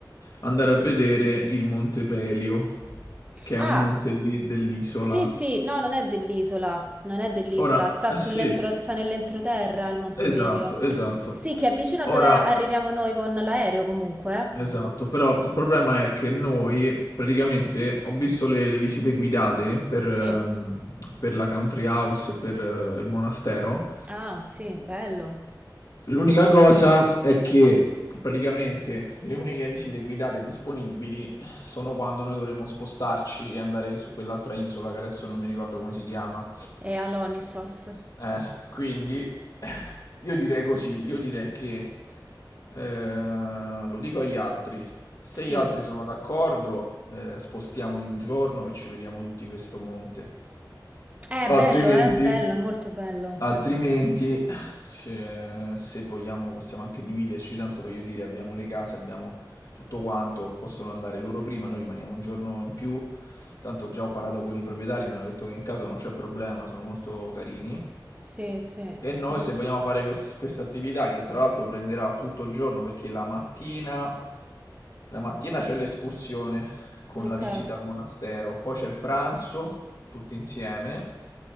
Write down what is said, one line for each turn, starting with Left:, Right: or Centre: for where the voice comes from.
Left: andare a vedere il Monte Pelio, che
Right: Ah,
Left: è un monte lì dell'isola.
Right: sì, sì, no, non è dell'isola, non è dell'isola,
Left: Ora,
Right: sta
Left: eh
Right: sull'entro-
Left: sì,
Right: sta nell'entroterra il Montepelio.
Left: esatto, esatto.
Right: Sì, che è vicino a
Left: Ora,
Right: dove arriviamo noi con l'aereo comunque. eh.
Left: Esatto, però il problema è che noi praticamente ho visto le, le visite guidate per,
Right: Sì.
Left: ehm, per la country house e per eh, il monastero
Right: Ah, sì, bello.
Left: L'unica cosa è che praticamente le uniche visite guidate disponibili sono quando noi dovremmo spostarci e andare su quell'altra isola che adesso non mi ricordo come si chiama.
Right: E all'Onisos.
Left: Eh, quindi io direi così, io direi che eh, lo dico agli altri. Se
Right: Sì.
Left: gli altri sono d'accordo, eh, spostiamo di un giorno e ci vediamo tutti questo monte.
Right: È bello,
Left: Altrimenti,
Right: eh, bello, è molto bello.
Left: Altrimenti, cioè, se vogliamo, possiamo anche dividerci. Tanto voglio dire, abbiamo le case, abbiamo tutto quanto. Possono andare loro prima, noi rimaniamo un giorno in più. Tanto già ho parlato con i proprietari, mi hanno detto che in casa non c'è problema, sono molto carini.
Right: Sì, sì.
Left: E noi, Mm. se vogliamo fare quest- questa attività, che tra l'altro prenderà tutto il giorno, perché la mattina, la mattina c'è l'escursione con
Right: Ok.
Left: la visita al monastero, poi c'è il pranzo tutti insieme